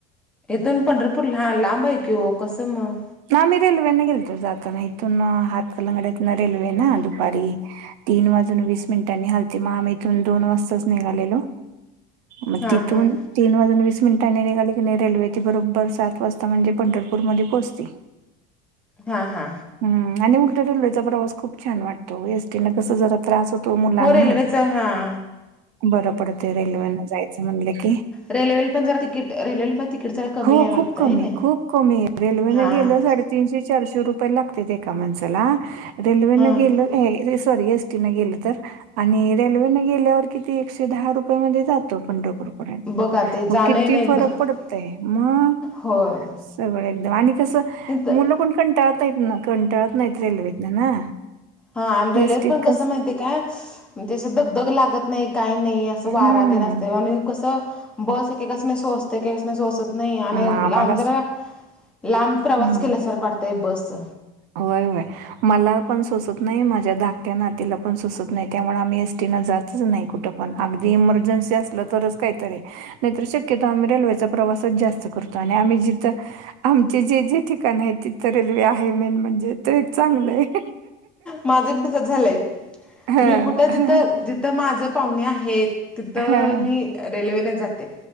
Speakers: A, in the centre; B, on the right (about 75°).
A: इथुन पंढरपूर ला लांब आहे की हो कसं मग.
B: ना मी रेल्वेने गेलतो जाताना इथून हातकलंगड्यात ना रेल्वे ना दुपारी. तीन वाजून वीस मिनिटांनी हलते मग आम्ही इथून दोन वाजताच निघालेलो. मग
A: हां
B: तिथून.
A: हां
B: तीन वाजून वीस मिनिटांनी निघाली क रेल्वेती बरोबर सात वाजता म्हणजे पंढरपूर मध्ये पोहोचती.
A: हा हा.
B: हम्म आणि उलटं रेल्वेचं प्रवास खूप छान वाटतो एसटी न कस जरा त्रास होत. तो मुलांना
A: हो रेल्वेचं हां
B: बरं पडते रेल्वे न जायचं म्हणले की.
A: रेल्वेल पण जरा तिकिट रल्वे पण. तिकीट जरा कमी
B: हो
A: आहे वाटतं
B: खूप कमी
A: आहे ना
B: खूप कमी रेल्वेने
A: हां
B: गेलं साडेतीनशे चारशे रुपये. य लागते एका माणसाला रेल्वेनं
A: हां
B: गेल सॉरी एसटी न गेल तर. आणि रेल्वेने गेल्यावर किती एकशे दहा रुपय मध्ये जातो पंढरपुर.
A: बघा ते
B: मग
A: जाणं
B: किती
A: येणं एकदा
B: फरक पडतो. ते मग
A: होय
B: सगळं एकदम आणि कस
A: इथं
B: मुलं कोण कंटा. प्यात हथनं कंटाळत नाहीत रेल्वेतन ना.
A: हा आणि रेल्वेत
B: एसटीत
A: पण कसं
B: कस
A: माहितीये काय म्हणजे घगदग लागत नाही. काही नाही असं
B: हम्म
A: वारात आसतय बगा आणि कसं बस एकेकासनी सोसते कस सोसत नाही. नाही
B: मग
A: आणि
B: आम्हाला
A: लांब जरा लांब प्रवास
B: हम्म.
A: केल्यासारखं वाटतंय बस.
B: होय होय. मला पण सोसत नाही माझ्या धाकट्या नातीला पण सोसत नाही त्यामुळे आम्ही एसटी न जातच नाही कुठं. पण अगदी इमर्जन्सी असलं तरच काहीतरी. नाहीतर शक्यत आम्ही रेल्वेचा प्रवासच जास्त करतो आणि आम्ही जिथं. आमचे जे जे ठिकाण आहे तिथं रेल्वे आहे मेन म्हणजे ते एक चांगलं आहे.
A: माझं पण तसं झालंय
B: हां,
A: मी कुठं जिथं
B: हां,
A: जिथं माझ पाहुणे आहेत. तिथं
B: हां,
A: मी रेल्वेने जाते.